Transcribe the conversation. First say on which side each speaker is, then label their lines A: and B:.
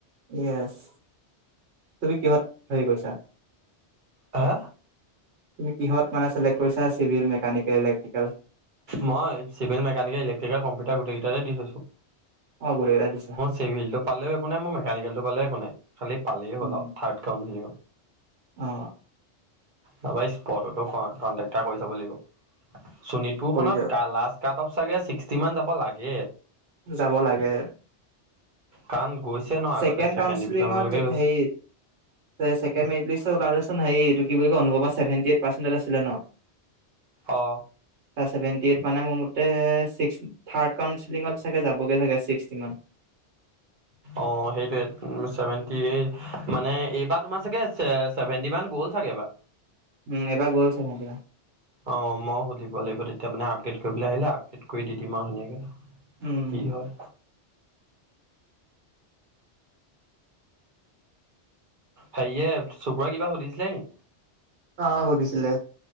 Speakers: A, on the right; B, on the right.
A: য়েছ তুমি কিহত হেৰি কৰিছা।
B: হা।
A: তুমি কিহত মানে চিলেক কৰিছা চিভিয়েল, মেকানিকেল, ইলেক্ট্ৰিকেল।
B: মই চিভিয়েল, মেকানিকেল, ইলেক্ট্ৰিকেল, কম্পিটাৰ গোটেইকেইটাতে দি থৈছো।
A: অ গোটেই কেইটাতে দিছা।
B: চিভিলটো পালও একো নাই মই মেকানিকেলটো পালেও একো নাই খালি পালেই
A: উম,
B: হল আৰু থাৰ্ড কাউন্সিলিংত হ'লেও।
A: অ।
B: নাপাই স্পটতত কণ্টেক্টতাৰ কৰি চাব লাগিব চুনিত। পুখনত
A: কৰি
B: কালাষ্ট কাট অফ চাগে ছিক্সটি মান যাব লাগে।
A: যাব লাগে।
B: কাণ গৈছে ন।
A: ছেকেণ্ড
B: আগতে
A: কাউঞ্চিলিঙত
B: ডিভিজনলৈকে গৈছে।
A: সেই। চেকেণ্ড মেৰিট লিষ্ট ওলালে চোন সেই এইটো কি বুলি কয় অনুভৱাটো ছেভেন্টি এইট পাৰ্চেণ্ট আছিলে ন। <inaudible>
B: অ।
A: ছেভেণ্টি এইট মানে মোৰ মতে ছিক্স। থাৰ্ড কাউঞ্চিলিঙত চাগে যাবগৈ চাগে ছিক্সটিমান। <inaudible>
B: অ সেইটোৱেটো চেভেন্টি এই মানে এইবাৰ তোমাৰ চাগে চে চেভেণ্টি মান গ'ল চাগে এইবাৰ।
A: উম এইবাৰ গ'ল ছেভেন্টি মান।
B: অ মই সুধিব লাগিব তেতিয়া মানে আপডেট কৰি পেলে আহিলে আপডেট কৰি দি দিম আও ধুনীয়াকে।
A: উম।
B: কি হয় হেৰিয়ে চুবৰে কিবা সুধিছিলে নি?
A: অ সুধিছিলে